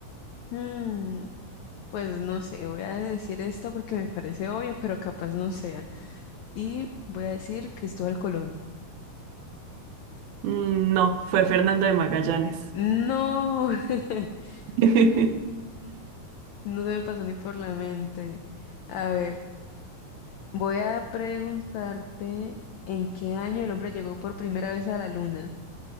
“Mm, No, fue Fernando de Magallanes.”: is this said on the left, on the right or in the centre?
Right